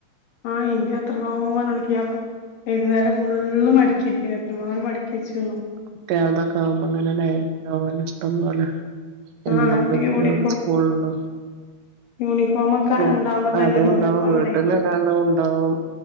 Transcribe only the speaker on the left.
ആഹ് ഇൻ്റെ എത്രാങ്ങാനും <unintelligible> ഇന്നലെ ഫുള്ള് മടക്കി വെക്കാന്നു എത്രങ്ങാനും മടക്കിച്ചുന്നോ
ആഹ് യൂണിഫോ
യൂണിഫോമൊക്കെ
ഇണ്ടാവുമ്പോ തന്നെ
ഇണ്ടാവും ഒരുപാടെ